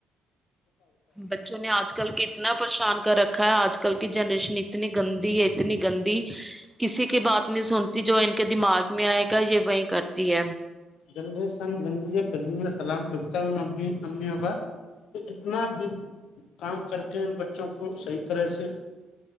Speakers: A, in the centre; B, on the left.
A: بچوں نے آج کل کے اتنا پریشان رکھا ہے آج کل کی جنریشن اتنی گندی ہے اتنی گندی کسی کی بات نہیں سنتی جو ان کے دماغ میں آئے گا یہ وہی کرتی ہے
B: جنریسن گندی ہے فلمی میں سلام ڈٹکتا ہوں ان ا امیوں کا تو اتنا بھی کام کر کے ان بچوں کو صحی طرح سے